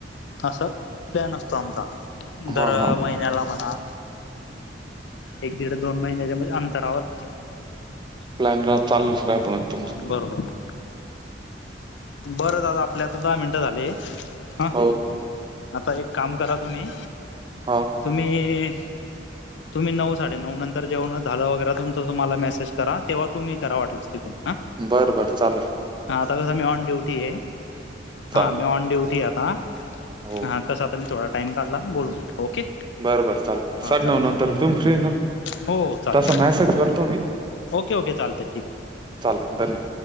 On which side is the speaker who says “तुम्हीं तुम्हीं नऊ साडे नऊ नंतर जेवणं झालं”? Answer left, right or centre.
Left